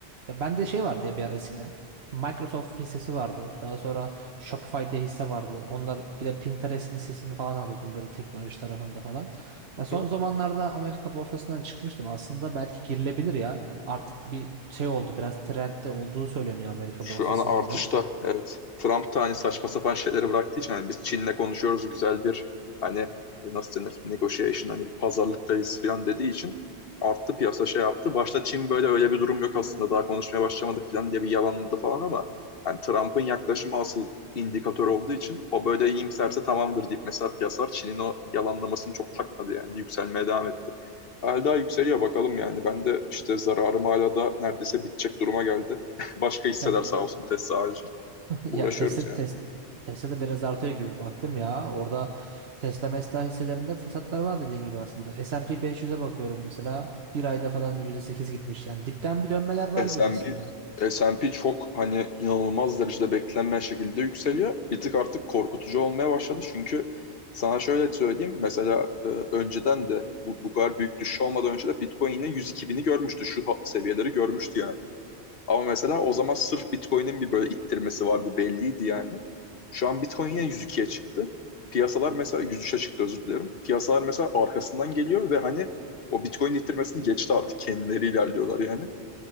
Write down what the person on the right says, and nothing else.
Ya bende şey vardı ya bir ara eskiden. Microsoft hissesi vardı. Daha sonra Shopify diye hisse vardı. Onlar bir de Pinterest'in hissesini falan alıyordum böyle teknoloji tarafında falan. Ya
son
zamanlarda Amerika borsasından çıkmıştım. Aslında belki girilebilir ya. Artık bir şey oldu. Biraz trendde olduğu söyleniyor Amerika
borsasının
da.
Ya
Ya
Tesla
tes Tesla da biraz artıyor gibi baktım ya. Orada Tesla mesela hisselerinde fırsatlar var dediğin gibi aslında. S&P 500'e bakıyorum mesela. Bir ayda falan %8 gitmiş yani. Dipten bir dönmeler var gibi
aslında.